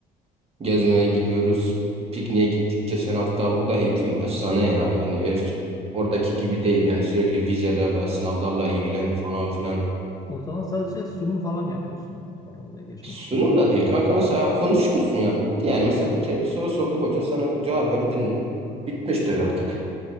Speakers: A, on the right; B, on the left.
A: Gezmeye gidiyoruz. Pikniğe gittik geçen hafta. Burada eğitim efsane ya. Yani eğer oradaki gibi değil yani sürekli vizelerle, sınavlarla ilgilen falan filan.
B: O zaman sadece sunum falan yapıyorsunuz herhalde geçmek
A: Sunum
B: için.
A: da değil kanka mesela konuşuyorsun ya. Bitti yani mesela bir kere bir soru sordu hoca sana cevap verdin mi? Bitmiştir artık.